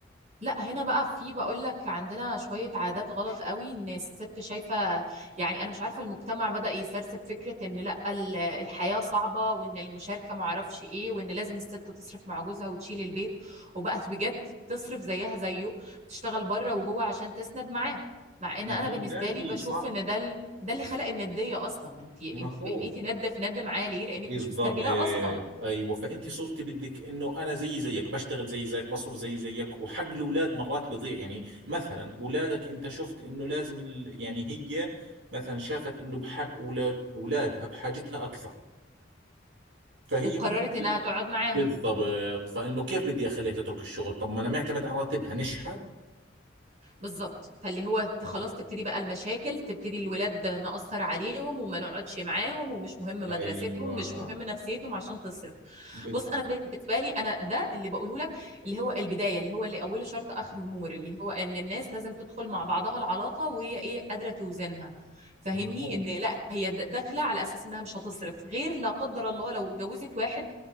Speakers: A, on the right; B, on the right.
A: لا هنا بقى في بقول لك عندنا شوية عادات غلط قوي ان الست شايفة يعني انا مش عارفة المجتمع بدأ يسرسب فكرة ان لا ال- الحياة صعبة وان المشاركة معرفش ايه وان لازم الست تصرف مع جوزها وتشيل البيت وبقت بجد بتصرف زيها زيه بتشتغل بره وجوه عشان تسند معاه مع ان
B: ما
A: انا
B: هي
A: بالنسبة
B: هاي
A: لي
B: هي
A: بشوف
B: صح
A: ان ده ال- ده اللي خلق الندية اصلا انت انت
B: ما هو
A: بقيتي ند في ند معاه ليه لانك
B: بالضبط
A: مش مسترجلاه اصلا
B: ايوه فانت صرتي بدك انه انا زي زيك بشتغل زي زيك بصرف زي زيك وحق الاولاد مرات بضيع يعني مثلا اولادك انت شفت انه لازم ال... يعني هي مثلا شافت انه بحق اولاد اولادها بحاجتها اكثر فهي
A: وقررت
B: ممكن
A: انها
B: ت-
A: تقعد معاهم
B: بالضبط فانه كيف بدي اخليها تترك الشغل طب ما انا معتمد على راتبها نشحت
A: بالظبط فاللي هو ت- خلاص تبتدي بقى المشاكل تبتدي الولاد نأثر عليهم وما نقعدش معاهم ومش مهم مدرستهم
B: ايوه
A: مش مهم نفسيتهم عشان تصرف
B: بالضبط
A: بص انا بالنسبه لي انا ده اللي بقوله لك اللي هو البدايه اللي هو اللي اوله شرط اخره نور اللي هو ان الناس لازم تدخل مع بعضها العلاقه وهي ايه قادره توزنها فاهمني
B: ما هو
A: ان لا هي د- داخله على اساس انها مش هتصرف غير لا قدر الله لو اتجوزت واحد